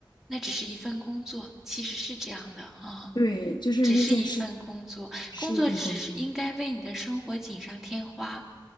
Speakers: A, in the centre; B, on the left.
A: 那只是一份工作，其实是这样的啊，
B: 对，就是那件事，
A: 只是一份工作，
B: 只是一份工作。
A: 工作只是应该为你的生活锦上添花，